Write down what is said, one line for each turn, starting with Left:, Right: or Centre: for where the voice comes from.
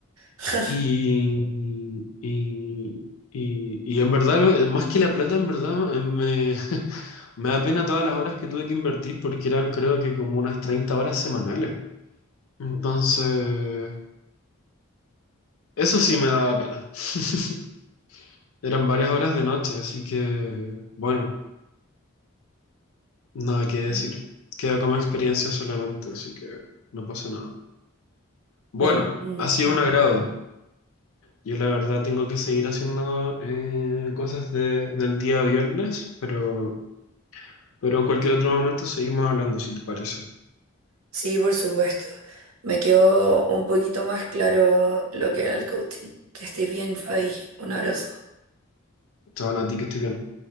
Right: <laughs>
Left: Y, y, y- y en verdad, lo- eh, más que la plata, en verdad, eh, me, <laughs> me da pena todas las horas que tuve que invertir porque eran creo que como unas 30 horas semanales. Entonces, eso sí me daba pena. <laughs> Eran varias horas de noche, así que, bueno, nada que decir. Queda como experiencia solamente, así que no pasa nada. Bueno,
Right: Mm, mm,
Left: ha sido un agrado. Yo la verdad tengo que seguir haciendo eh, cosas de- del día viernes, pero, pero en cualquier otro momento seguimos hablando, si te parece.
Right: Sí, por supuesto. Me quedó un poquito más claro lo que era el coaching. Que estés bien, Fabi. Un abrazo.
Left: Chao, Nati, que estoy bien.